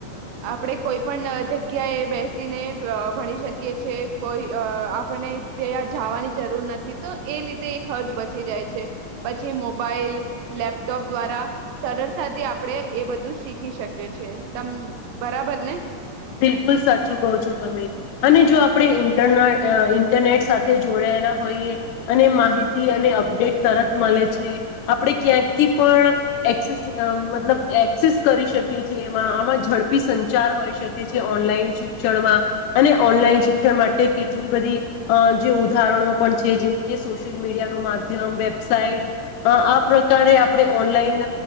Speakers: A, on the right (about 80°); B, on the left (about 80°).
A: આપણે કોઈ પણ જગ્યા જગ્યા એ બેસીને અ ભણી શકીએ છે કોઈ અ આપણને ત્યાં જવાની જરૂર નથી તો એ લીધે એ ખર્ચ બચી જાય છે પછી મોબાઈલ લેપટોપ દ્વારા સરળતાથી આપણે એ બધું શીખી શકીએ છે તમ બરાબર ને
B: બિલકુલ સાચું કહો છો તમે અને જો આપણે ઇન્ટરના ઇન્ટરનેટ સાથે જોડાયેલા હોઈએ અને માહિતી અને અપડેટ તરત મળે છે આપણે ક્યાંકથી પણ એક્સેસ મતલબ એક્સેસ કરી શકીએ છી એમાં આમાં ઝડપી સંચાર હોય શક ઓનલાઈન શિક્ષણમાં અને ઓનલાઈન શિક્ષણ માટે કેટલી બધી અ જે ઉદાહરણો પણ છે જેમ કે સોશિયલ મીડિયાનું માધ્યમ વેબસાઇટ આ પ્રકારે આપણે ઓનલાઈન